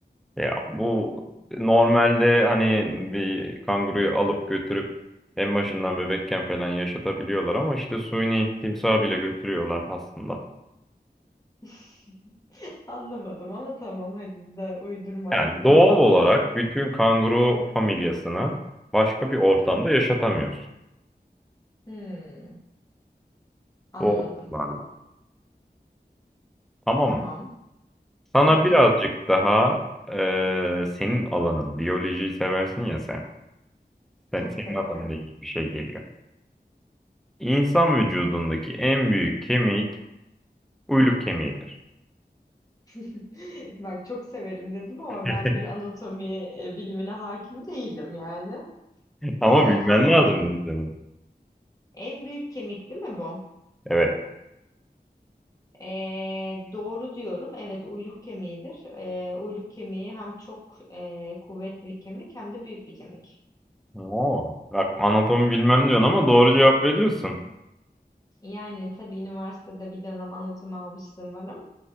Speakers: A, in the centre; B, on the left.
A: Ya bu normalde hani bir kanguruyu alıp götürüp en başından bebekken falan yaşatabiliyorlar ama işte suni timsahı bile götürüyorlar aslında.
B: <laughs> Anlamadım ama tamam hadi de uydurmaysa
A: Yani
B: da
A: doğal
B: uydurma
A: olarak
B: olsun.
A: bütün kanguru familyasını başka bir ortamda yaşatamıyorsun.
B: Hmm, anladım.
A: O Doğallıklarla. Tamam
B: Tamam.
A: mı? Sana
B: Hı hı.
A: birazcık daha eee, senin alanın, biyolojiyi seversin ya sen. Sen
B: Çok
A: senin
B: severim.
A: alanında ilgili bir şey geliyor. İnsan vücudundaki en büyük kemik uyluk kemiğidir.
B: <laughs> Bak çok severim dedim ama
A: <laughs>
B: ben bir anatomi e, bilimine hakim değilim yani.
A: Ama
B: E,
A: bilmen
B: ama
A: lazım
B: u-
A: bunu senin.
B: En büyük kemik değil mi bu?
A: Evet.
B: Ee, doğru diyorum. Evet, uyluk kemiğidir. Ee, uyluk kemiği hem çok e, kuvvetli bir kemik hem de büyük bir kemik.
A: Oo, bak anatomi bilmem diyorsun ama doğru cevap veriyorsun.
B: Yani tabii üniversitede bir dönem anatomi almıştım var ama